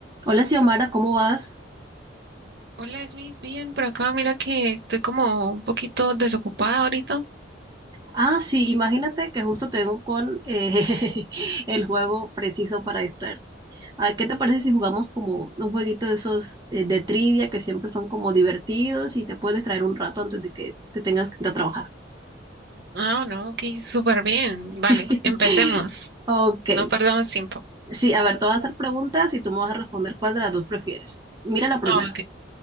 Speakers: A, on the right; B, on the right.
A: Hola Xiomara, ¿cómo vas?
B: Hola Smith, bien por acá. Mira que estoy como un poquito desocupada ahorita.
A: Ah, sí, imagínate que justo tengo con eh, <laughs> el juego preciso para distraerte. Ah, ¿qué te parece si jugamos como un jueguito de esos eh, de trivia que siempre son como divertidos y te puedes distraer un rato antes de que te tengas que ir a trabajar?
B: Ah, no, ok, súper bien.
A: <laughs>
B: Vale, empecemos.
A: Ok,
B: No perdamos tiempo.
A: sí, a ver, te voy a hacer preguntas y tú me vas a responder cuál de las dos prefieres. Mira la primera.
B: Ah, ok.